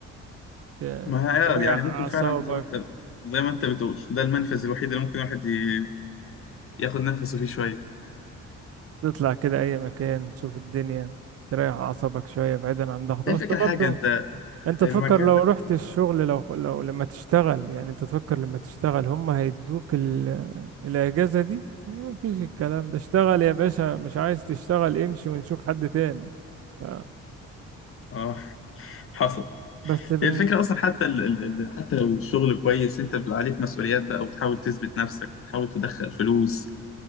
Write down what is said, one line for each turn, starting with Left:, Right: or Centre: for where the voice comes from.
Right: ت... يعني
Left: ما هي
Right: تريح
Left: آه، يعني
Right: أعصابك
Left: ممكن فعلا زي ما انت زي ما انت بتقول ده المنفذ الوحيد اللي ممكن الواحد ي- ياخد نفسه فيه شوية
Right: تطلع كده اي مكان تشوف الدنيا تريح اعصابك شويه بعيدا عن ضغط
Left: هي
Right: بس
Left: الفكرة
Right: برضو
Left: حاجة انت
Right: انت تفكر
Left: المكان
Right: لو
Left: ده
Right: رحت
Left: بت-
Right: الشغل لو لو لما تشتغل يعني انت تفكر لما تشتغل هم هيدوك ال... الاجازه دي مفيش الكلام ده اشتغل يا باشا مش عايز تشتغل امشي ونشوف حد تاني ف...
Left: اه حصل
Right: بس بال...
Left: هي الفكرة أصلا حتى ال... ال... ال- حتى لو الشغل كويس أنت بيبقى عليك مسؤوليات بقى وتحاول تثبت نفسك وتحاول تدخل فلوس